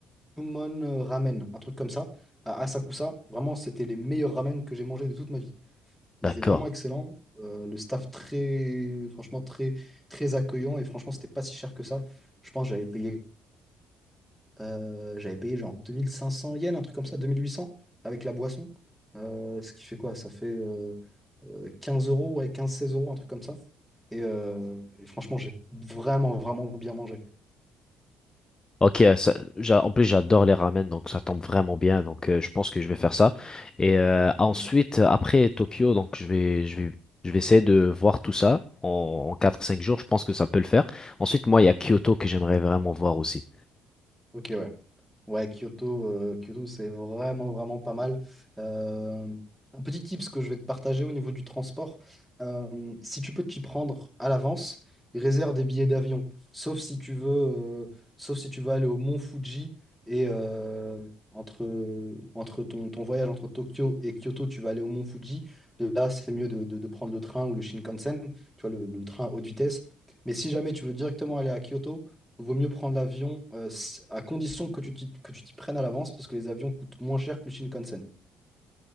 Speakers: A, in the centre; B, on the left.
A: Gyumon Ramen, un truc comme ça, à Asakusa. Vraiment, c'était les meilleurs ramen que j'ai mangés de toute ma vie. Ils
B: D'accord.
A: étaient vraiment excellents. Euh, le staff très, franchement, très, très accueillant. Et franchement, c'était pas si cher que ça. Je pense que j'avais payé, euh, j'avais payé genre 2500 yens, un truc comme ça, 2800 avec la boisson. Euh, ce qui fait quoi? Ça fait euh, euh, 15 euros, ouais, 15-16 euros, un truc comme ça. Et, euh, et franchement, j'ai vraiment, vraiment bien mangé.
B: Ok, euh, ça- j'a- en plus j'adore les ramen, donc ça tombe vraiment bien, donc euh, je pense que je vais faire ça. Et euh, ensuite,
A: Mm.
B: euh, après Tokyo, donc je vais, je vais, je vais essayer de voir tout ça en, en 4-5 jours, je pense que ça peut le faire. Ensuite, moi, il y a Kyoto que j'aimerais vraiment voir aussi.
A: Ok, ouais. Ouais, Kyoto, euh, Kyoto, c'est vraiment, vraiment pas mal. Euh, un petit tips que je vais te partager au niveau du transport, euh, si tu peux t'y prendre à l'avance, réserve des billets d'avion. Sauf si tu veux, euh, sauf si tu veux aller au Mont Fuji et euh, entre, entre ton, ton voyage entre Tokyo et Kyoto, tu vas aller au Mont Fuji. Là, c'est mieux de, de- de prendre le train ou le Shinkansen, tu vois, le, le train haute vitesse. Mais si jamais tu veux directement aller à Kyoto, Vaut mieux prendre l'avion euh, s- à condition que tu t'y, que tu t'y prennes à l'avance parce que les avions coûtent moins cher que le Shinkansen.